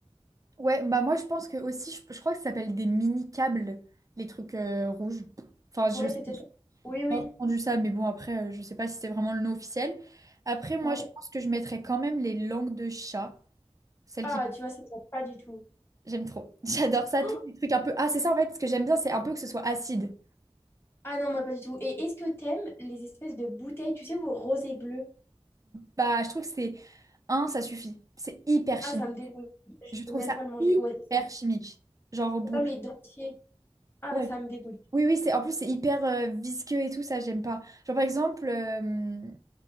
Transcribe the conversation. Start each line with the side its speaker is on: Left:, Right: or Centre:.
Right: Ouais, bah moi, je pense que aussi, je, je crois que ça s'appelle des mini-câbles, les trucs euh, rouges. Enfin, je
Left: Ouais,
Right: sais,
Left: c'est peut-être.
Right: j'ai
Left: ça. Oui, oui,
Right: pas entendu ça, mais bon, après, euh, je sais pas si c'est vraiment le nom officiel. Après, moi,
Left: ouais.
Right: je pense que je mettrais quand même les langues de chat, celles
Left: Ah,
Right: qui...
Left: tu vois, ça ne pas du tout.
Right: J'aime trop. <laughs> J'adore ça,
Left: Oh
Right: tous les trucs un peu... Ah, c'est ça, en fait, ce que j'aime bien, c'est un peu que ce soit acide.
Left: Ah non, moi pas du tout. Et est-ce que t'aimes les espèces de bouteilles, tu sais, au rosé bleu?
Right: Bah, je trouve que c'est... Un, ça suffit. C'est hyper chimique.
Left: Ah, ça me dégoûte. Je
Right: Je trouve
Left: peux même
Right: ça
Left: pas le manger.
Right: hyper
Left: Ouais, c'est ça.
Right: chimique. Genre au bout.
Left: C'est comme les dentiers. Ah,
Right: Ouais.
Left: ça me dégoûte.
Right: Oui, oui, c'est en plus c'est hyper euh, visqueux et tout, ça j'aime pas. Genre par exemple, euh,